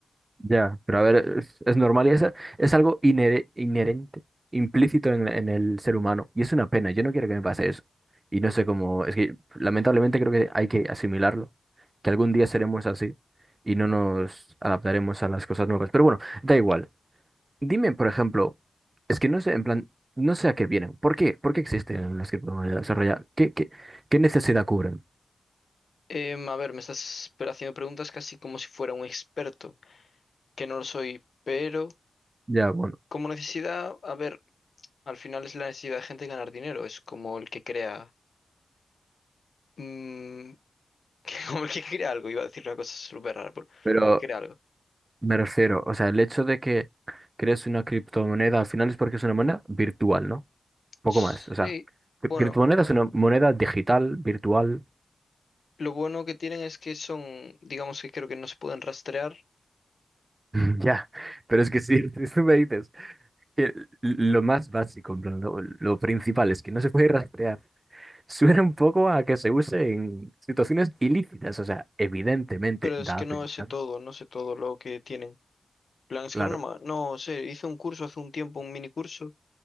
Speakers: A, on the right; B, on the left.
A: Ya, pero a ver, es, es normal y es, es algo inhere- inherente, implícito en, en el ser humano. Y es una pena, yo no quiero que me pase eso. Y no sé cómo, es que lamentablemente creo que hay que asimilarlo, que algún día seremos así y no nos adaptaremos a las cosas nuevas. Pero bueno, da igual. Dime, por ejemplo, es que no sé, en plan, no sé a qué vienen. ¿Por qué? ¿Por qué existen las criptomonedas? O sea, ya, ¿Qué, qué, qué necesidad cubren?
B: Em, a ver, me estás pre- haciendo preguntas casi como si fuera un experto, que no lo soy, pero
A: Ya, bueno.
B: como necesidad, a ver, al final es la necesidad de gente de ganar dinero, es como el que crea, mm, <laughs> como el que crea algo, iba a decir una cosa súper rara, pero
A: Pero
B: como el que crea algo.
A: me refiero, o sea, el hecho de que crees una criptomoneda al final es porque es una moneda virtual, ¿no? Poco
B: Sí,
A: más, o sea,
B: bueno,
A: cri- criptomoneda es una moneda digital, virtual,
B: lo bueno que tienen es que son, digamos que creo que no se pueden rastrear
A: <laughs> ya. Pero es que si <laughs> tú me dices que lo más básico, en plan, lo, lo principal es que no se puede rastrear, suena un poco a que se use en situaciones ilícitas, o sea, evidentemente
B: Pero
A: da
B: es que
A: a pensar,
B: no sé todo, no sé todo lo que tienen. Plan, es
A: claro,
B: que ahora no, ma- no sé, hice un curso hace un tiempo, un mini curso,